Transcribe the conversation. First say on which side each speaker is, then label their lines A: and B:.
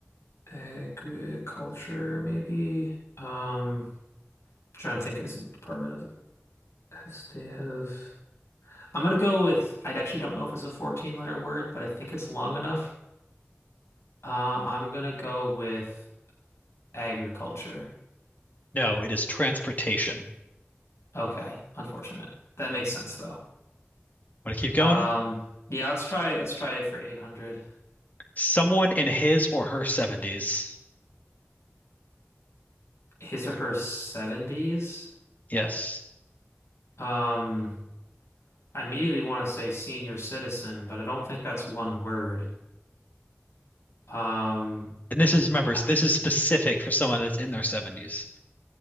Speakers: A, on the left (about 80°); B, on the left (about 35°).
A: Agriculture, maybe. Um, trying to think, is it Department of of State Head of? I'm gonna go with. I actually don't know if it's a 14 letter word, but I think it's long enough. Uh, I'm gonna go with agriculture.
B: No, it is Transportation.
A: Okay, unfortunate. That makes sense though.
B: Want to keep going?
A: Um, yeah, let's try. Let's try it for 800.
B: Someone in his or her 70s.
A: His or her 70s.
B: Yes.
A: Um, I immediately want to say senior citizen, but I don't think that's one word. Um,
B: And this is, remember,
A: I-
B: this is specific for someone that's in their 70s.